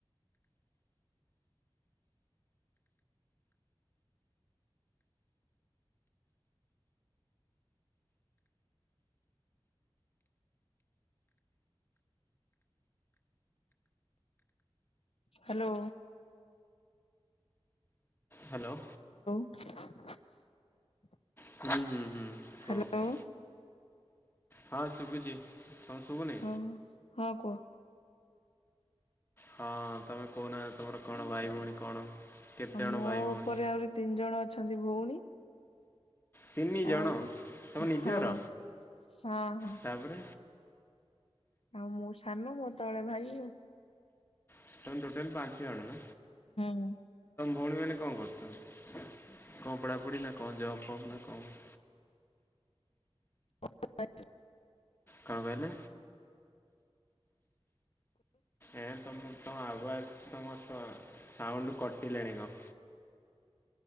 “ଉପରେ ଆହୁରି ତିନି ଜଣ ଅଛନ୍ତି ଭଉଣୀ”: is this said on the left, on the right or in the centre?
Left